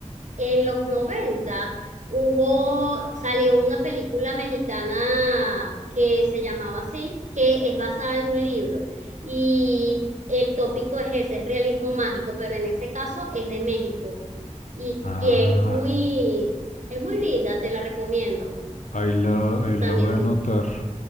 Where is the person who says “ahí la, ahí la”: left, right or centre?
Left